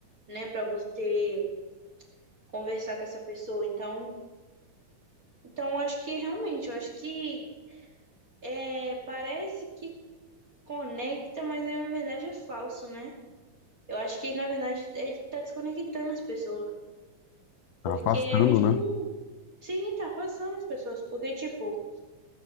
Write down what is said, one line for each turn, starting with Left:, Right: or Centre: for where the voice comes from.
Right: né, Pra você conversar com essa pessoa. Então, Então, eu acho que realmente, eu acho que é, parece que conecta, mas é, na verdade é falso, né? Eu acho que, na verdade, ele tá desconectando as pessoas.
Left: Tá
Right: Porque
Left: afastando,
Right: a gente
Left: né?
Right: não. Sim, tá afastando as pessoas. Porque, tipo,